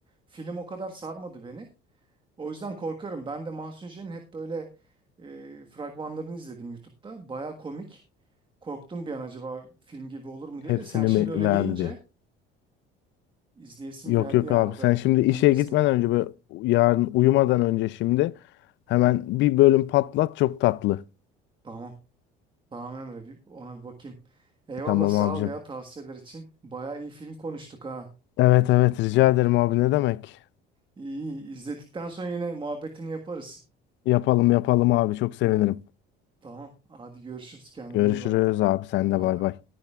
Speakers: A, on the right (about 25°); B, on the left (about 60°).
A: Film o kadar sarmadı beni. O yüzden korkuyorum. Ben de Mahsun C'nin hep böyle e, fragmanlarını izledim YouTube'da. Baya komik. Korktum bir an acaba film gibi olur mu diye
B: Hepsini
A: de sen şimdi
B: mi
A: öyle
B: verdi
A: deyince
B: diye.
A: izleyesim
B: Yok
A: geldi
B: yok
A: ya
B: abi
A: o
B: sen
A: da
B: şimdi işe
A: onu da izleyeyim.
B: gitmeden önce böyle yarın uyumadan önce şimdi hemen bir bölüm patlat çok tatlı.
A: Tamam. Tamam Emre bir ona bir bakayım. Eyvallah
B: Tamam
A: sağ
B: abicim.
A: ol ya tavsiyeler için. Baya iyi film konuştuk ha.
B: Evet evet rica ederim abi ne demek.
A: İyi iyi izledikten sonra yine muhabbetini yaparız.
B: Yapalım yapalım abi çok sevinirim.
A: Tamam hadi görüşürüz kendine
B: Görüşürüz
A: iyi bak.
B: abi sen
A: Bay
B: de bay
A: bay.
B: bay.